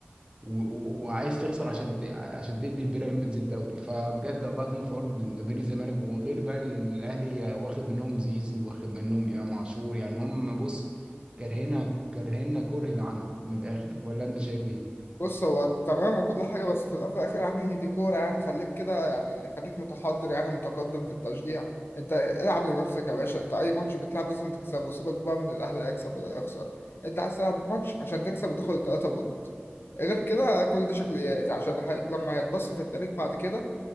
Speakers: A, on the right; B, on the left.
A: و- و- وعايز تخسر عشان ت- عشان تدي البيراميدز الدوري فبجد الله يكون في عون جماهير الزمالك وغير بقى اللي الاهلي واخد منهم زيزو واخد منهم امام عاشور يعني هم بص كارهنا كارهنا كره العمى من الاخر ولا انت شايف ايه؟
B: بص هو تمام وكل حاجة بس في الأول وفي الآخر يعني دي كورة يعني خليك كده يعني خليك متحضر يعني متقدم في التشجيع أنت العب لنفسك يا باشا أنت أي ماتش بتلعب لازم تكسبه سيبك بقى من الأهلي هيكسب ولا يخسر أنت عايز تلعب ماتش عشان تكسب وتاخد التلاتة بونت غير كده كل دي شكليات عشان هي- لما هيتبص في التاريخ بعد كده